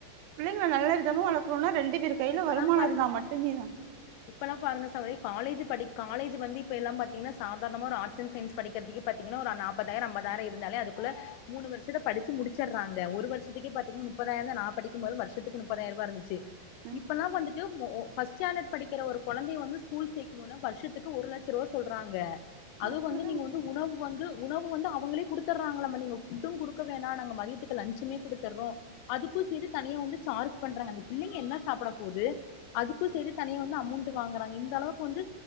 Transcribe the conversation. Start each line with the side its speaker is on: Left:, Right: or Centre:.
Right: பிள்ளைங்கள நல்ல விதமா வளக்கணுனா ரெண்டு பேரு கைல
Left: இப்பெல்லாம்
Right: வருமானோ
Left: பாருங்க
Right: இருந்தா
Left: சகோ
Right: மட்டுமே தா
Left: இப்பெல்லா பாருங்க சகோதரி காலேஜு படி காலேஜு வந்து இப்ப எல்லாம் பாத்தீங்ன்னா சாதார்ணமா ஒரு ஆட்ஸ் அண் சயின்ஸ் படிக்கிறதுக்கே பாத்தீங்கனா ஒரு அன் நாப்பதாயிரோ அம்பதாயிரோ இருந்தாலே அதுக்குள்ள மூணு வருஷத்த படிச்சு முடிச்சர்றாங்க ஒரு வருஷ் இதுக்கே பாத்தீங்னா நுப்பதாயிரந்தா நா படிக்கும்போதுலா வருஷத்துக்கு நுப்பதாயிருவா இருந்துச்சி.
Right: ஆ
Left: இப்பல்லா வந்துட்டு மொ ஒ ஃபஸ்ட் ஸ்டாண்டடு படிக்கிற ஒரு கொழந்தைய வந்து ஸ்கூல் சேக்குணுனா வருஷத்துக்கு ஒரு லச் சருவா சொல்றாங்க அதுவு
Right: அப்டிதா
Left: வந்து நீங்க வந்து உணவு வந்து உணவு வந்து அவுங்களே குடுத்தர்றாங்களாமா நீங்க ஃபுட்டு குடுக்க வேணா நாங்க மதியத்துக்கு லன்ச்சுமே குடுத்தர்றோ அதுக்கு சேரி தனியா வந்து சார்ஜ் பண்றாங்க அந்த பிள்ளைங்க என்ன ஸ் சாப்பட போது அதுக்கு சேரி தனியா வந்து அமௌண்ட்டு வாங்கறாங்க. இந்த அளவுக்கு வந்து